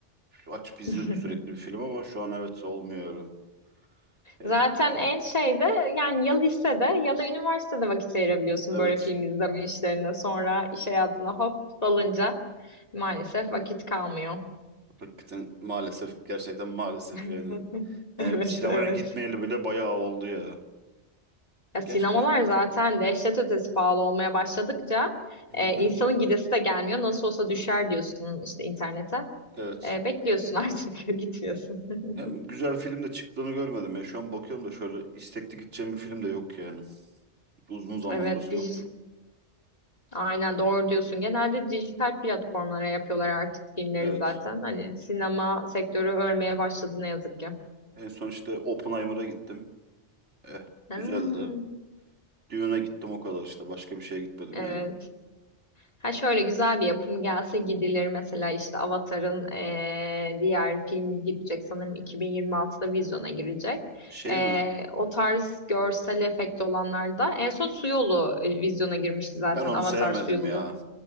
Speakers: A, on the right; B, on the left.
A: Açıp izliyorduk
B: <laughs>
A: sürekli bir film ama şu an evet olmuyor öyle. Yani,
B: Zaten en şeyde yani ya lisede ya da üniversitede vakit ayırabiliyorsun
A: evet.
B: böyle film izleme işlerine. Sonra iş hayatına hop dalınca maalesef vakit kalmıyor.
A: Hakikaten maalesef gerçekten maalesef
B: <laughs>
A: yani. Yani
B: Evet,
A: sinemaya
B: evet.
A: gitmeyeli bile bayağı oldu ya.
B: Ya sinemalar
A: Gerçi güz-
B: zaten dehşet ötesi pahalı olmaya başladıkça
A: Hı
B: e,
A: hı,
B: insanın gidesi de gelmiyor. Nasıl olsa düşer diyorsun işte internete.
A: evet.
B: E, bekliyorsun artık <laughs> gitmiyorsun. <laughs>
A: Hem güzel film de çıktığını görmedim ya. Şu an bakıyorum da şöyle istekli gideceğim bir film de yok yani. Uzun zamandır
B: Evet, dij-
A: yok.
B: Aynen doğru diyorsun. Genelde dijital platformlara yapıyorlar artık filmleri
A: Evet.
B: zaten. Hani sinema sektörü ölmeye başladı ne yazık ki.
A: En son işte Oppenheimer'a gittim. Eh,
B: Ha,
A: güzeldi. Düğüne gittim o kadar işte. Başka bir şeye gitmedim
B: evet.
A: yani.
B: Ha şöyle güzel bir yapım gelse gidilir mesela işte Avatar'ın eee, diğer filmi gidecek sanırım 2026'da vizyona girecek.
A: Şey
B: Eee,
A: mi?
B: o tarz görsel efekt olanlarda en son Su Yolu e, vizyona girmişti zaten
A: Ben onu
B: Avatar
A: sevmedim
B: Su Yolu.
A: ya.